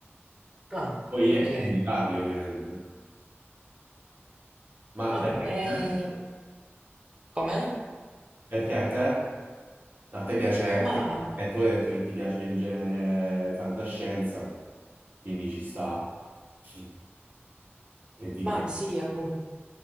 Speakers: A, on the right; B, on the right.
A: Ah,
B: Poi
A: ok.
B: è per indicarli, ovviamente. Ma
A: Ma,
B: perché, a
A: eh,
B: te?
A: com'è?
B: perché a te? A te piace,
A: Ma,
B: te- eh, tu hai detto che ti piace il genere fantascienza, quindi ci sta. Che ti,
A: ma
B: che-
A: sì, appunto.